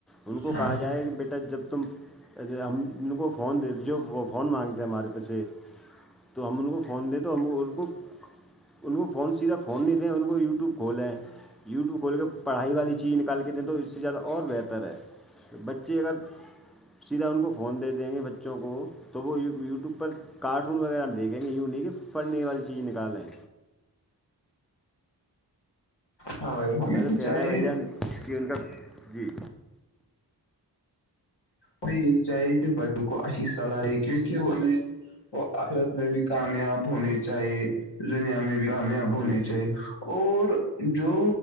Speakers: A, in the centre; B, on the left.
A: ان کو
B: ہاں
A: کہا جائے کہ بیٹا جب تم اھے ہم ان کو فون دے دیج جو وہ فون مانگتے ہیں ہمارے پیسے تو ہم ان کو فون دیں تو ہم ان کو ان کو فون سیدھا فون نہیں دیں ان کو یوٹیوب کھولیں یوٹیوب کھول کے پڑھائی والی چیز نکال کے دیں تو اس سے زیادہ اور بہتر ہے تو بچے اگر سیدھا ان کو فون دے دیں گے بچوں کو تو وہ یوٹیوب پر کارٹون وغیرہ دیکھیں گے یوں نہیں کہ پھڑنے والی چیز نکالیں
B: ہاں بھائی
A: ہمیں تو کہنا
B: چاہیے
A: ہے بھائی
B: ہمیں
A: جان کہ ان کا جی
B: ہمیں یہی چاہیے کہ بچوں کو اچھی صلاح دے کیونکہ انہیں وہ اخرت میں بھی کامیاب ہونے چاہیے دنیا میں بھی کامیاب ہونے
A: جی
B: چاہیے اور جو